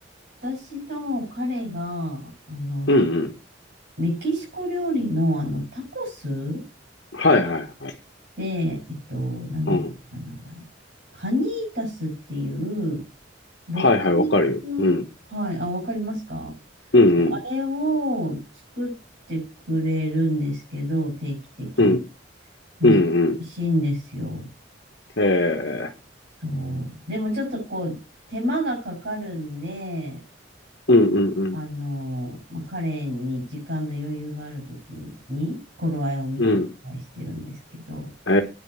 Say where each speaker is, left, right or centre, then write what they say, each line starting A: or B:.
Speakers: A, on the right; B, on the left.
A: 私の彼が、あの、
B: うんうん。
A: メキシコ料理の、あの、タコス
B: はいはい。
A: で、えっと、なんだったかな、
B: うん。
A: 名前。カニータスっていう、豚肉、
B: はいはい、わかるよ。うん。
A: はい、あ、わかりますかそう、
B: うんうん。
A: あれを作ってくれるんですけど、定期的に。
B: うん。
A: めっちゃ美味しいんですよ。
B: うんうん。へえ。
A: そう。でもちょっとこう、手間がかかるんで、
B: うんうんうん
A: あの、まあ、彼に時間の余裕があるときに、頃合いを見てお願いしてるんですけど、
B: うん。え